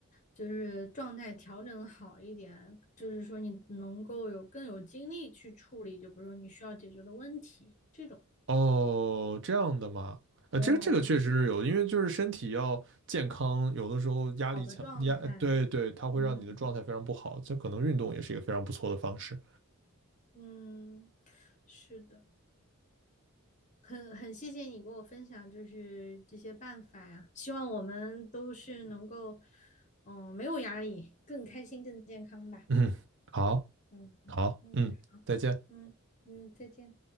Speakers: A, on the left; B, on the right.
A: 就是状态调整好一点，就是说你能够有更有精力去处理，就比如说你需要解决的问题这种，
B: 哦，这样的嘛，呃，
A: 哦，
B: 这个这个确实是有的因为就是身体要健康，有的时候压力强，
A: 好的状态，
B: 压，对对，它会让你的状态非常不好，
A: 嗯
B: 这可能运动也是一个非常不错的方式。
A: 嗯，是的。很很谢谢你给我分享，就是这些办法呀，希望我们都是能够，嗯，没有压力，更开心、更健康吧。
B: 嗯，好，
A: 嗯
B: 好，
A: 嗯
B: 嗯，再见。
A: 嗯嗯，再见。